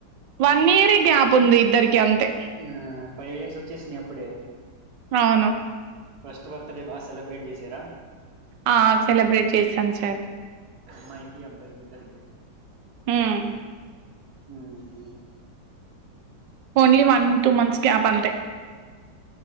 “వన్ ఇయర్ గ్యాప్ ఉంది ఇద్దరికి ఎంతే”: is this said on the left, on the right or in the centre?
Right